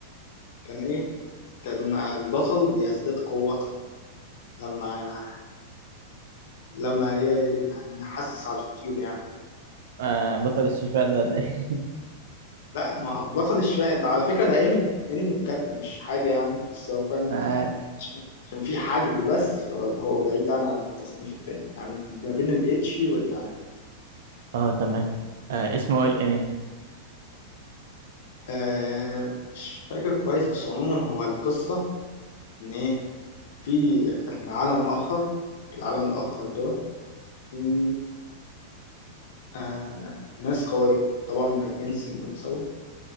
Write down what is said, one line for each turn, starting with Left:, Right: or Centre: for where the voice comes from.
Left: كان ايه كان آه، البطل بيزداد قوة لما لما ي- يعني يحسس على الطيور يعني
Right: آه بطل الشفاء ده ولا إيه؟
Left: لا ما هو بطل الشوية ده على فكرة ده انمي انمي بجد مش حاجة يعني بس هو فاهم انت
Right: <laughs>
Left: عشان في حجب بس فهو بعيد عن عن التصنيف التاني يعني ما بين الاتشي والدعاني
Right: اه تمام آه اسمه إيه الانمي
Left: آه مش فاكر كويس بس عموما هو القصة إن إيه في عالم آخر في العالم الآخر ده في آه ناس قوية طبعا من الجنس الأنثوي